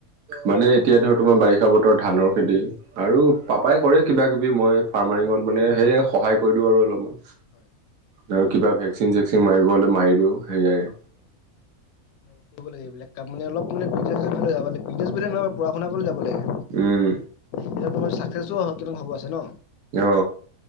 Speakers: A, on the right; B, on the left.
A: মানে এতিয়া ধৰ তোমাৰ বাৰিষা বতৰত ধানৰ খেতি, আৰু পাপাই কৰে কিবা কিবি মই ফাৰ্মাৰিঙত মানে সেয়ে সহায় কৰি দিওঁ আৰু অলপমান।
B: হয়।
A: আৰু কিবা ভেকচিন চেকচিন মাৰিব হ'লে মাৰি দিও সেয়াই।
B: কৰিব লাগে এইবিলাক কাম মান অলপ মানে বিজনেছৰ ফালে যাব লাগিব বিজনেছ বুলি নহয় পঢ়া শুনা ফালো যাব লাগে
A: উম।
B: এতিয়া তোমাৰ চাকচেছো অহ কিনো হ'ব আছে ন।
A: অ